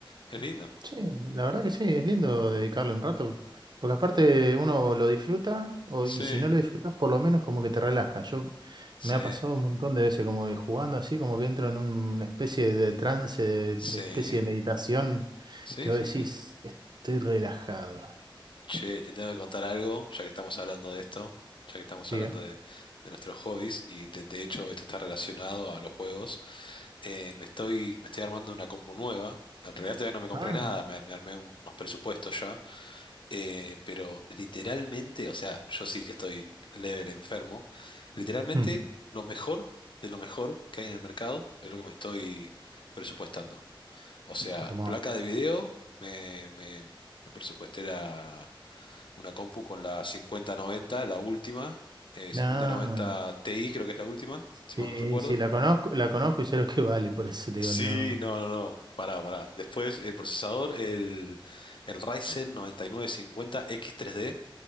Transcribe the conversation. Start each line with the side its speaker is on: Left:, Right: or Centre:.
Left: Es lindo.
Right: Sí, la verdad que sí, es lindo dedicarle un rato, porque aparte uno lo disfruta o,
Left: Sí,
Right: y si no lo disfrutas por lo menos como que te relaja. Yo
Left: sí,
Right: me ha pasado un montón de veces como que jugando así, como que entro en un- una especie de trance, de,
Left: sí,
Right: de especie de meditación,
Left: sí,
Right: que vos
Left: sí,
Right: decís,
Left: sí.
Right: estoy relajado.
Left: Che, te tengo que contar algo, ya que estamos hablando de esto, ya que estamos
Right: Diga.
Left: hablando de, de nuestros hobbies, y de, de hecho esto está relacionado a los juegos. Eh, me estoy, me estoy armando una compu nueva. En realidad todavía no me compré
Right: Ah,
Left: nada, me, me armé un- unos presupuestos ya. eh, pero literalmente, o sea, yo sí que estoy level enfermo. Literalmente,
Right: mm,
Left: lo mejor de lo mejor que hay en el mercado es lo que me estoy presupuestando. O sea,
Right: hermoso.
Left: placa de video, me, me, me presupuesté la, una compu con la 5090, la última, eh, 5090
Right: Nah,
Left: Ti creo que es la última,
Right: sí,
Left: si mal no recuerdo.
Right: sí, la conozco, la conozco y sé lo que vale, por eso te
Left: Sí,
Right: digo, no.
Left: no, no, no, pará, pará. Después el procesador, el, el Ryzen 9950X3D,